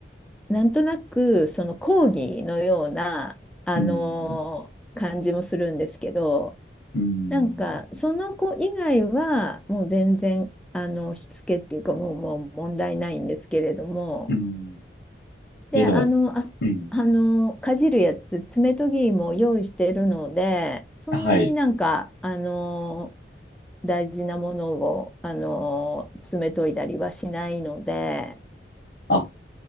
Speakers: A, in the centre; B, on the left.
A: なんとなくその抗議のようなあの感じもするんですけど
B: うん、うん、
A: なんかその子以外はもう全然あのしつけっていうかもう、もう問題ないんですけれども
B: うん、
A: で、
B: え、でも、
A: あの、ああの、
B: うん。
A: かじるやつ、爪研ぎも用意してるので、そんなになんか、
B: はい。
A: あの、大事なものを、あの、爪研いだりはしないので、
B: あ、